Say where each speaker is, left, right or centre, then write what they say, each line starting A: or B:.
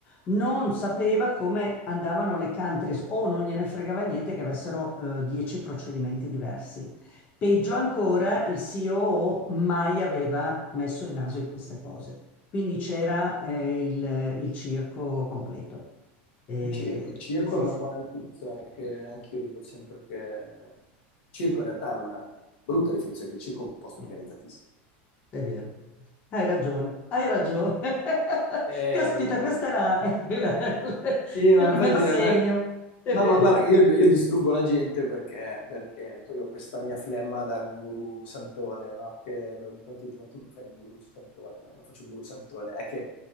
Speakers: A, on the left; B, on the left.
A: non sapeva come andavano le countries o non gliene fregava niente che avessero eh, dieci procedimenti diversi. Peggio ancora, il COO mai aveva messo il naso in queste cose. Quindi c'era eh, il, il circo completo. Eh,
B: Il circo, il circo
A: sì,
B: è una
A: sì.
B: buona definizione, che anch'io dico sempre che il circo in realtà è una brutta definizione, che il circo è un posto
A: sì.
B: organizzatissimo.
A: È vero, hai ragione, hai ragione. <laughs>
B: Ehm,
A: Caspita, questa è la, è
B: sì, no,
A: la-
B: infatti
A: <laughs> me la segno,
B: a me
A: è
B: No,
A: vero.
B: ma guarda, io, io distruggo la gente perché, perché poi ho questa mia flemma da guru santone, no? Che me lo dicono tutti, ma tu fai il guru santone, no? Io non faccio il guru santone. È che